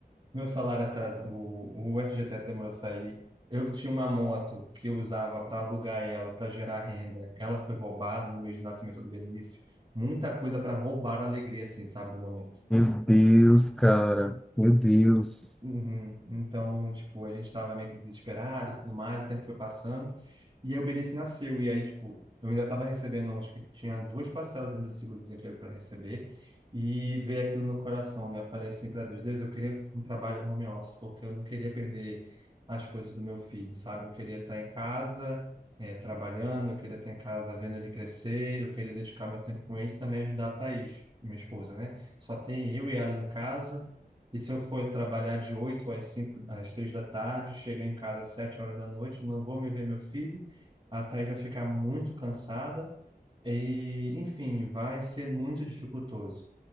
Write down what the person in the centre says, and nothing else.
Meu Deus, cara. Meu Deus.